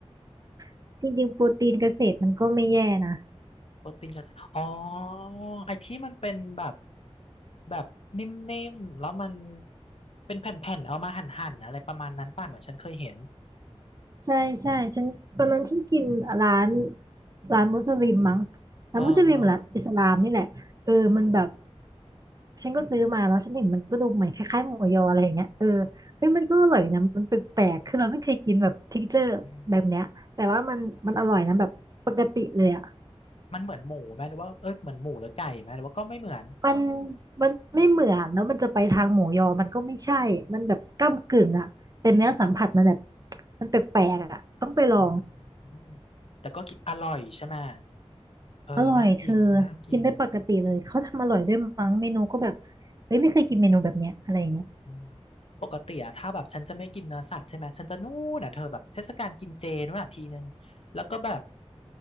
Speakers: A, on the right; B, on the left.
A: ๆจริงๆโปรตีนเกษตรมันก็ไม่แย่นะ
B: โปรตีนกับอ๋อไอ้ที่มันเป็นแบบแบบนิ่มๆแล้วมันเป็นแผ่นๆเอามาหั่นๆอะไรประมาณนั้นป่ะเหมือนฉันเคยเห็น
A: ใช่ใช่ฉันตอนนั้นฉันกินร้านร้านมุสลิมมั้ง ร้านมุสลิมหรืออิสลามนี่แหละเออมันแบบ
B: เออเออ
A: ฉันก็ซื้อมาแล้วฉันเห็นมันก็ดูเหมือนคล้ายๆหมูยออะไรอย่างเงี้ยเออเฮ้ยมันก็อร่อยนะมันแปลกๆคือเราไม่เคยกินแบบ texture
B: อื
A: แบบเนี้ยแต่ว่ามันมันอร่อยนะแบบปกติเลยอะ
B: มมันเหมือนหมูไหมหรือว่าเอ้ยเหมือนหมูหรือไก่ไหมหรือว่าก็ไม่เหมือน
A: มันมันไม่เหมือนแล้วมันจะไปทางหมูยอมันก็ไม่ใช่มันแบบก้ำกึ่งอ่ะเป็นเนื้อสัมผัสมันแบบ
B: จ
A: มันแปลกๆอ่ะต้องไปลอง
B: ำอืมแต่ก็กินอร่อยใช่ไหมเออน่ากินน่ากิน
A: อร่อยเธอกินได้ปกติเลยเขาทำอร่อยด้วยมั้งเมนูก็แบบเฮ้ยไม่เคยกินเมนูแบบเนี้ยอะไรอย่างเงี้ย
B: อืมปกติอะถ้าแบบฉันจะไม่กินเนื้อสัตว์ใช่ไหมฉันจะนู่นอะเธอแบบเทศกาลกินเจนู่นอะทีนึงแล้วก็แบบ